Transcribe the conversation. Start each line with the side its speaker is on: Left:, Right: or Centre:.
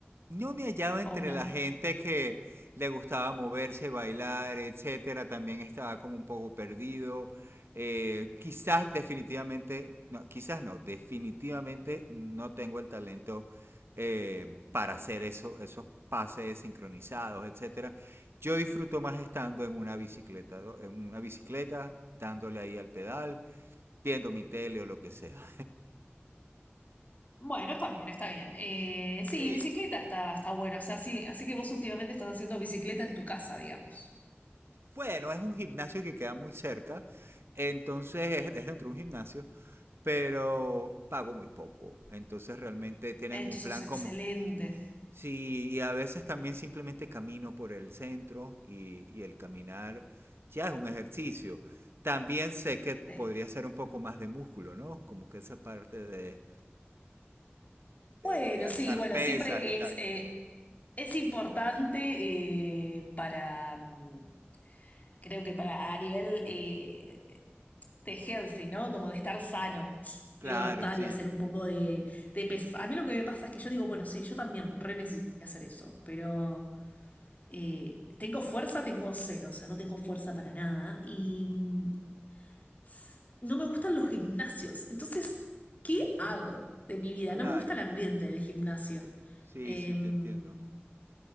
Right: No me hallaba entre
Left: o una
Right: la
Left: mezcla.
Right: gente que le gustaba moverse, bailar, etcétera. También estaba como un poco perdido. Eh, quizás definitivamente, no, quizás no, definitivamente no tengo el talento eh, para hacer eso, esos pases sincronizados, etcétera. Yo disfruto más estando en una bicicleta, ¿no? en una bicicleta, dándole ahí al pedal, viendo mi tele o lo que sea.
Left: Bueno, está bien, está bien. Eh,
Right: Sí,
Left: sí, bicicleta está, está bueno. O sea, sí, así que vos últimamente estás haciendo bicicleta en tu casa, digamos.
Right: Bueno, es un gimnasio que queda muy cerca. Entonces es, es dentro de un gimnasio, pero pago muy poco. Entonces realmente tienen
Left: Entonces,
Right: un plan
Left: excelente.
Right: como... Sí, y a veces también simplemente camino por el centro y, y el caminar ya es un ejercicio. También sé que podría
Left: Sí.
Right: ser un poco más de músculo, ¿no? Como que esa parte de, de,
Left: Bueno,
Right: de alzar
Left: sí, bueno,
Right: pesas
Left: siempre
Right: y tal.
Left: es, eh, es importante eh, para, mm, creo que para a nivel eh, de healthy, ¿no? Como de estar sano,
Right: Claro,
Left: levantar
Right: sí.
Left: y hacer un poco de, de pesas. A mí lo que me pasa es que yo digo, bueno, sí, yo también re necesito hacer eso, pero... Eh, tengo fuerza, tengo cero, o sea, no tengo fuerza para nada y mm, s- no me gustan los gimnasios. Entonces, ¿qué
Right: Ujú,
Left: hago de mi vida?
Right: Claro.
Left: No me gusta el ambiente de gimnasio.
Right: Sí,
Left: Eh,
Right: sí,
Left: no,
Right: te entiendo.